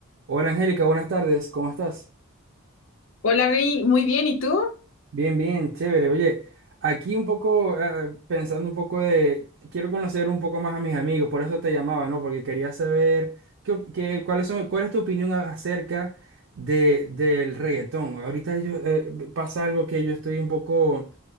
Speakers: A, on the right; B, on the left.
A: Hola Angélica, buenas tardes, ¿cómo estás?
B: Hola, Reni, muy bien. ¿Y tú?
A: Bien, bien, chévere. Oye, aquí un poco eh, pensando un poco de, quiero conocer un poco más a mis amigos, por eso te llamaba, ¿no? Porque quería saber qué, op- qué- cuáles son, cuál es tu opinión a- acerca de, del reggaetón. Ahorita yo, eh, pasa algo que yo estoy un poco